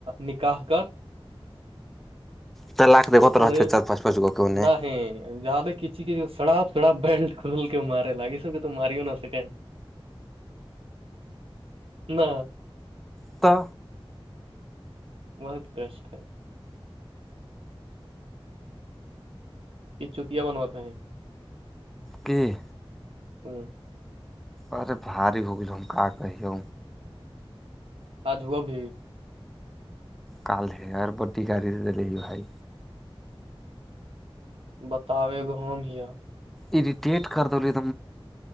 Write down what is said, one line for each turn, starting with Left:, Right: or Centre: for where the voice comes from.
Right: نکاہ کر
Centre: تو لاکتے بت
Right: فریش
Centre: رہا چار پانچ پانچ گو کووں
Right: نہیں
Centre: نے
Right: زیادہ کچی کچ سڑاپ سڑاپ بیلٹ کھول کے مارے لاگ اس تو ماریوں نہ سکے نہ
Centre: کتا
Right: بت کرشٹ کہ چتیا بنواتا ہے
Centre: کہ
Right: تو
Centre: ارے بھاری ہوگ ہمک کہہے
Right: آج وہ بھی
Centre: کال ہے اور بٹی گاڑی دلے بھائی
Right: بتاؤ ای گ ہم ہییا
Centre: اریٹٹ کر دلی